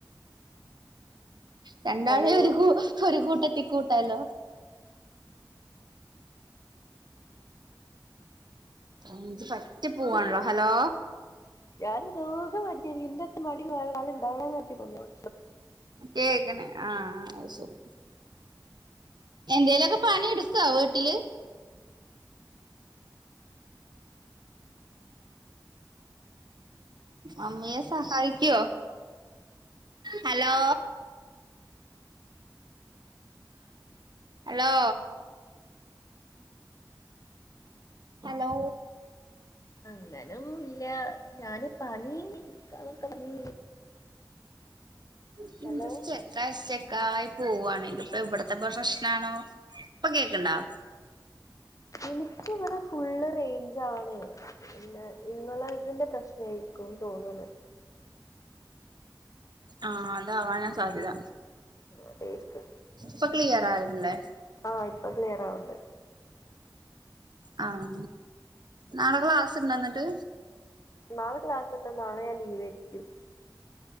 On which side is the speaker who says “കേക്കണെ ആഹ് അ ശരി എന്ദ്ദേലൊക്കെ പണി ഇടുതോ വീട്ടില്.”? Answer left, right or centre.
Right